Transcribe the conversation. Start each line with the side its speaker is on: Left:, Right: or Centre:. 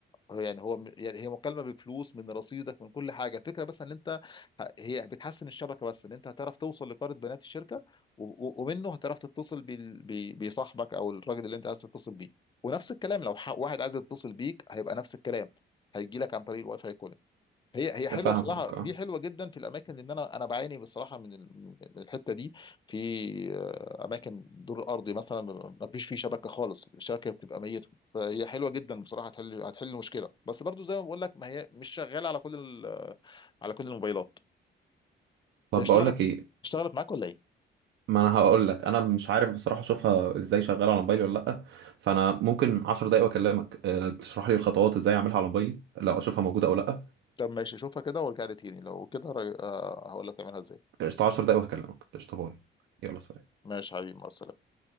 Left: هو يعني هو يعني هي مكالمه بفلوس من رصيدك من كل حاجه الفكره بس ان انت ه- هي بتحسن الشبكه بس ان انت هتعرف توصل لقاره بيانات الشركه و- و- ومنه هتعرف تتصل بال- ب- بصاحبك او الراجل اللي انت عايز تتصل بيه ونفس الكلام لو ح- واحد عايز يتصل بيك هيبقى نفس الكلام هيجي لك عن طريق الواي فاي كولينج هي هي حلوه
Right: فاهمك
Left: بصراحه
Right: اه
Left: دي حلوه جدا في الاماكن لان انا انا بعاني بصراحه من ال- من الحته دي في آه، اماكن دور ارضي مثلا ما فيش فيه شبكه خالص الشبكه بتبقى ميته فهي حلوه جدا بصراحه هتحل هتحل مشكله بس برضو زي ما بقول لك ما هي مش شغاله على كل ال- على كل الموبايلات
Right: طب
Left: هي اشتغلت
Right: بقول لك ايه
Left: اشتغلت معاك ولا ايه؟
Right: ما انا هقول لك انا مش عارف بصراحه اشوفها ازاي شغاله على موبايلي ولا لا فانا ممكن 10 دقايق واكلمك آه، تشرح لي الخطوات ازاي اعملها على موبايلي لو اشوفها موجوده او لا
Left: طب ماشي شوفها كده وارجع لي تاني لو كده را- آه، هقول لك تعملها ازاي
Right: قشطه 10 دقايق وهكلمك قشطه باي يلا سلام
Left: ماشي حبيبي مع السلامه